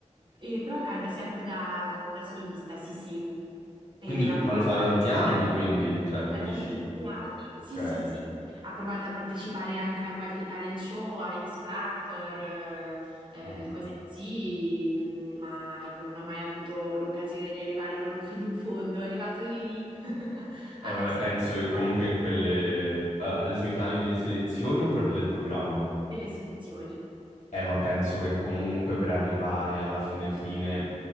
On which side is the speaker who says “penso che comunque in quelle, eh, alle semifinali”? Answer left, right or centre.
Left